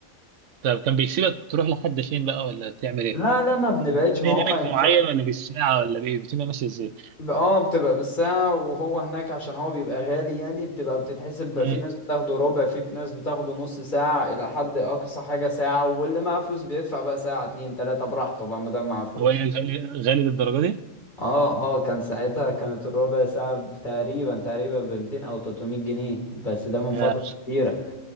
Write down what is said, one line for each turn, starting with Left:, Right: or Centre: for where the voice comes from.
Right: طب كان بيسيبك تروح لحد فين بقى ولا تعمل ايه
Left: لا لا ما بنبعدش
Right: ليه
Left: ما
Right: ليميت
Left: هو ما ينفع
Right: معين ولا بالساعة ولا بإيه؟ الروتين ماشي إزاي؟
Left: ب- اه بتبقى بالساعة وهو هناك عشان هو بيبقى غالي يعني بتبقى بتتحسب بقى
Right: مم.
Left: في ناس بتاخده ربع في ناس بتاخده نص ساعة إلى حد أقصى حاجة ساعة واللي معاه فلوس بيدفع بقى ساعة اتنين تلاتة براحته بقى ما دام معاه فلوس
Right: هو إيه غالي غالي للدرجة دي؟
Left: اه اه كان ساعتها كانت الربع ساعة ب- تقريبا تقريبا ب 200 أو 300 جنيه بس ده من
Right: آه،
Left: فترة كبيرة